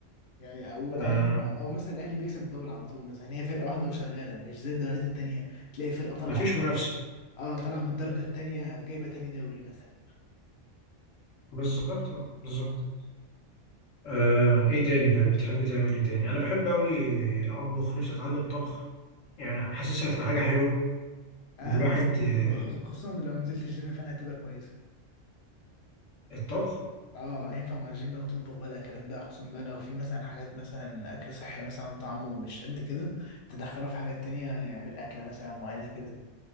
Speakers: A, on the left; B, on the left.
A: يعني او
B: آه،
A: او او مثلا الاهلي بيكسب الدوري على طول مثلا يعني هي فرقه واحده وشغاله مش زي الدوريات التانيه تلاقي فرقه طالعه
B: مفيش منافسه
A: اه طالعه من الدرجه التانيه جايبه تاني دوري مثلا
B: بالظبط آه، بالظبط آه ايه تاني ب- بتحب تعمل ايه تاني انا بحب قوي اطبخ نفسي اتعلم طبخ يعني حاسسها هتبقى حاجه حلوه
A: انا
B: ان الواحد
A: نفسي برضه،
B: آه،
A: خصوصا لو نزلت الجيم فانا هتبقى كويسه
B: الطبخ
A: اه هينفع مع الجيم او تطبخ بقى الاكلات بقى خصوصا بقى لو في مثلا حاجات مثلا اكل صحي مثلا طعمه مش قد كده تدخله في حاجات تانية يعمل اكله مثلا معينه كده